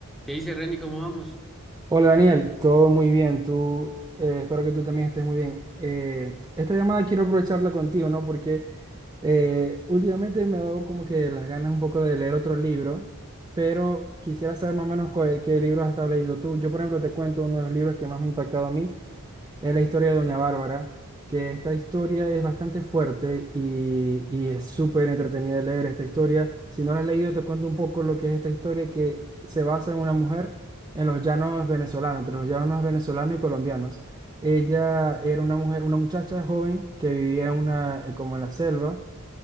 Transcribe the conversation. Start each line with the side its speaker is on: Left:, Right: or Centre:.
Centre: ¿Qué dice Renny? ¿Cómo vamos?
Right: Hola Daniel, todo muy bien. Tú, eh, espero que tú también estés muy bien. Eh, esta llamada quiero aprovecharla contigo, ¿no? Porque eh, últimamente me ha dado como que las ganas un poco de leer otro libro, pero quisiera saber más o menos cuál- qué libros has estado leyendo tú. Yo, por ejemplo, te cuento uno de los libros que más me ha impactado a mí es la historia de Doña Bárbara, que esta historia es bastante fuerte y, y es súper entretenida de leer esta historia. Si no la has leído, te cuento un poco lo que es esta historia que se basa en una mujer en los llanos venezolanos, entre los llanos venezolanos y colombianos. Ella era una mujer, una muchacha joven que vivía en una, eh, como en la selva